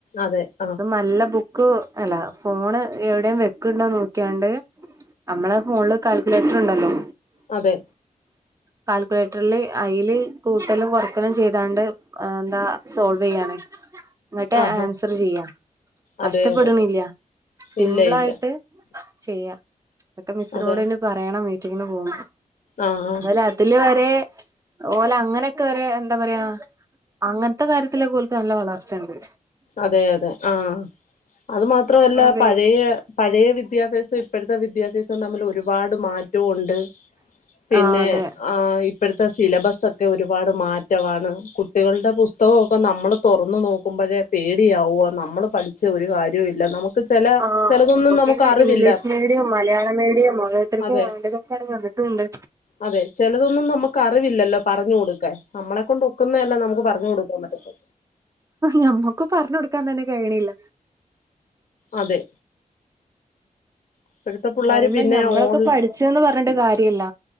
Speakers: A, on the left (about 65°); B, on the right (about 20°).
A: അതെ ആഹ്
B: ഇത് നല്ല ബു ക്കൂ അല്ല. ഫോണ് എവിടെയും വെക്ക്ണ്ടോ നോക്കിയാണ്ട് അമ്മളെ ഫോൺല് കാൽക്കുലേറ്റർ ണ്ടല്ലോ?
A: അതെ
B: കാൽക്കുലേറ്റർല് അയ്ല് കൂട്ടലും കൊറക്കലും ചെയ്താണ്ട് എന്താ സോൾവെയ്യാണ്. ങ്ങെട്ട്
A: ആഹ് ആഹ്
B: ആൻസർ ചെയ്യാ കഷ്ടപ്പെട്ണ്ല്ല്യ.
A: അതെ അതെ
B: സിമ്പ്ളായിട്ട്
A: ഇല്ല ഇല്ല
B: ചെയ്യാ. അതൊക്കെ മിസ്സിനോടെന്നെ
A: അതെ
B: പറയണം മീറ്റിങ്ങിന് പോകുമ്പ.
A: ആഹ് ആഹ്
B: അതോലെ ട്ട്‌ല് വരെ ഓല അങ്ങനെയൊക്കെ വരെ എന്താ പറയാ അങ്ങൻത്തെ കാര്യത്തിലൊക്കെ ഓൽക്ക് നല്ല വളർച്ചണ്ട്.
A: അതെ അതെ. ആഹ് അത് മാത്രോല്ല
B: ഫോൺ ഉപയോഗി
A: പഴയ പഴയ വിദ്യാഭ്യാസോം ഇപ്പഴത്തെ വിദ്യാ ഭ്യാസം തമ്മില് ഒരുപാട് മാറ്റോണ്ട്. പിന്നെ
B: ആഹ് അതെ
A: ആഹ്- ഇപ്പഴത്തെ സിലബസൊക്കെ ഒരുപാട് മാറ്റവാണ്. കുട്ടികൾടെ പുസ്തകൊക്കെ നമ്മള് തൊറന്ന് നോക്കുമ്പഴേ പേടിയാവുവ. നമ്മള് പഠിച്ച ഒര് കാര്യവും ഇല്ല. നമുക്ക് ചെല
B: ആഹ്
A: ചെലതൊന്നും
B: ഒക്കെ
A: നമുക്ക് അറിവില്ല.
B: ഇംഗ്ലീഷ് മീഡിയം മലയാള മീഡിയം ഓരോത്തർക്കും
A: അതെ
B: വേണ്ടതൊക്കെണ്ട് വന്ന്ട്ടൂണ്ട്.
A: അതെ. ചെലതൊന്നും നമു ക്കറിവില്ലല്ലോ പറഞ്ഞ് കൊടുക്കാൻ. നമ്മളെ കൊണ്ട് ഒക്കുന്നേല്ലേ നമുക്ക് പറഞ്ഞു കൊടുക്കാൻ പറ്റത്തൊ
B: ഞമ്മക്കും പറഞ്ഞൊട്ക്കാൻ തന്നെ കഴിണീല്ല.
A: അതെ ഇപ്പോഴത്തെ പിള്ളേർ
B: പറയുമ്പം
A: പിന്നെ
B: ഞമ്മളൊക്കെ
A: ഓൺ
B: പഠിച്ച്ന്ന് പർഞ്ഞിട്ട കാര്യല്ല.